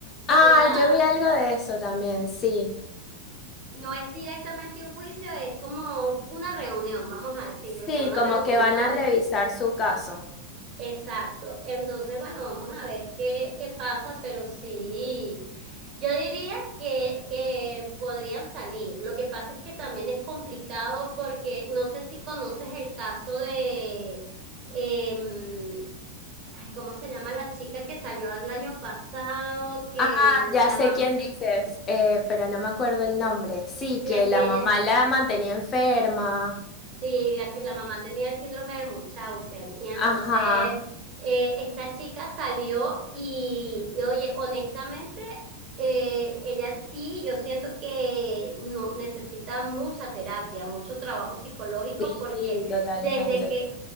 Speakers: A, on the left; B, on the right.
A: Ah,
B: O sea,
A: yo vi algo de eso también, sí.
B: no es directamente un juicio, es como una reunión, vamos a decirlo,
A: Sí,
B: o sea, una
A: como
B: reunión
A: que van
B: nuevamente
A: a revisar su caso.
B: Exacto. Entonces, bueno, vamos a ver qué, qué pasa, pero sí, yo diría que, que podrían salir. Lo que pasa es que también es complicado porque no sé si conoces el caso de, em, ay, ¿cómo se llama la chica que salió el año pasado? Que
A: Ah, ya
B: la
A: sé
B: mamá,
A: quién dices, eh, pero no me acuerdo el nombre. Sí,
B: la
A: que
B: que
A: la mamá
B: ella,
A: la mantenía enferma.
B: Sí, la, que- la mamá tenía el síndrome de Munchausen y entonces
A: Ajá,
B: eh, esta chica salió y, y, oye, honestamente, eh, ella sí, yo siento que no necesita mucha terapia, mucho trabajo psicológico
A: sí,
B: porque
A: totalmente.
B: desde que